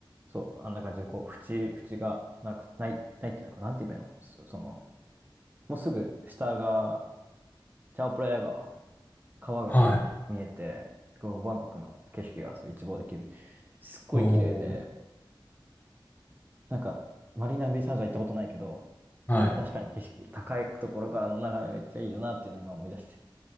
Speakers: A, on the right (about 20°); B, on the left (about 20°).
A: そう、あんな感じで、こう、縁、縁がなく、ない、ないっていうのか、なんて言えばいいのそその、もうすぐ下が、チャオプラヤ川。川がこう見えて、
B: はい。
A: こうバンコクの景色がそう一望できる。すっごい綺麗で、
B: おー。
A: なんかマリーナベイサンズは行ったことないけど、
B: はい。
A: 確かに景色、高いところからの眺めめっちゃいいよなっていうのを今思い出して。